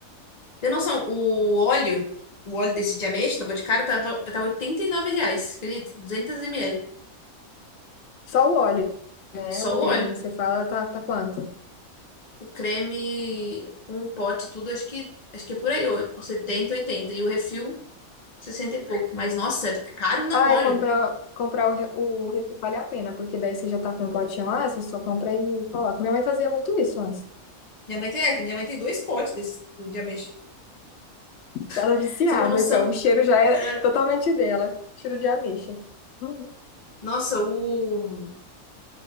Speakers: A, on the left (about 35°); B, on the left (about 65°).
A: Tem noção, o óleo, o óleo desse de ameixa da Boticário tava, tava 89 reais, acredita? duzentos ml.
B: Só o óleo, né?
A: Só
B: O creme
A: o óleo.
B: que você fala tá, tá quanto?
A: O creme com o pote e tudo, acho que, acho que é por aí, ó, 70 80 E o refil, 60 e pouco. Mas, nossa, é caro não
B: Ah,
A: óleo.
B: é comprar, comprar o, re- o refil vale a pena, porque daí você já tá com o potinho lá, você só compra e coloca. Minha mãe fazia muito isso antes.
A: Minha mãe tem, é, minha mãe tem dois potes desse do de ameixa.
B: Ela
A: Pra
B: é viciada,
A: Você tem uma noção?
B: então o cheiro já é
A: é,
B: totalmente dela. Cheiro de ameixa. Uhum.
A: nossa, o,